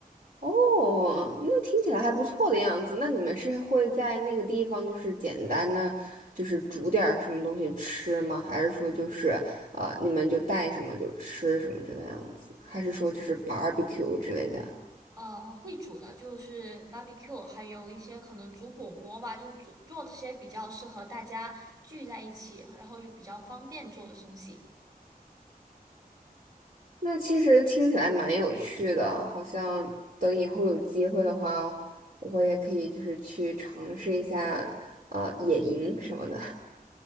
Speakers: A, on the right; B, on the right.
A: 哦，那听起来还不错的样子。那你们是会在那个地方，就是简单的，就是煮点儿什么东西吃吗？还是说就是，呃，你们就带什么就吃什么这个样子？还是说就是 barbecue 之类的？
B: 呃，会煮的就是 barbecue，还有一些可能煮火锅吧，就煮做这些比较适合大家聚在一起，然后又比较方便做的东西。
A: 那其实听起来蛮有趣的，好像等以后有机会的话，我也可以就是去尝试一下，呃，野营什么的。